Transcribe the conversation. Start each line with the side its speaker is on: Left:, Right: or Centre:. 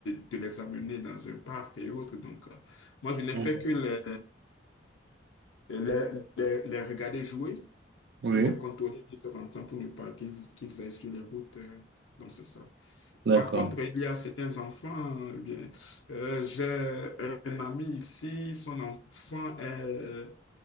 Left: de les amener dans un parc et autres. Donc, euh, moi, je n'ai
Right: Mhm.
Left: fait que les, les, les, les regarder jouer
Right: Oui.
Left: et les contrôler de temps en temps pour ne pas qu'ils qu'ils aillent sur les routes. euh. donc, c'est ça.
Right: D'accord.
Left: Par contre, il y a certains enfants, euh, bien, euh, j'ai un ami ici, son enfant est